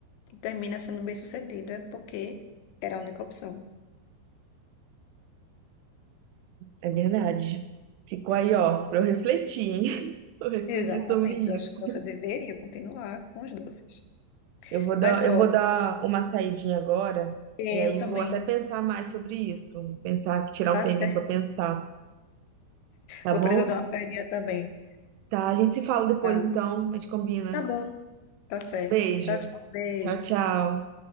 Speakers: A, on the left (about 80°); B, on the right (about 80°).
A: termina sendo bem-sucedida, porque era a única opção.
B: É, é verdade. Ficou aí, ó, pra eu refletir, hein? <laughs> Eu refletir
A: Exatamente,
B: sobre isso.
A: eu acho que você deveria continuar com os doces.
B: Eu vou dar,
A: Mas, ó,
B: eu vou dar uma saidinha agora,
A: é,
B: e aí
A: eu também,
B: vou até pensar mais sobre isso. Pensar, tirar
A: tá
B: um tempinho
A: certo?
B: pra pensar, tá
A: Vou
B: bom?
A: precisar dar uma feirinha também.
B: Tá, a gente se fala depois,
A: Tá,
B: então, a gente combina.
A: tá bom, tá certo.
B: Beijo.
A: Tchau, tchau. Beijo.
B: Tchau, tchau.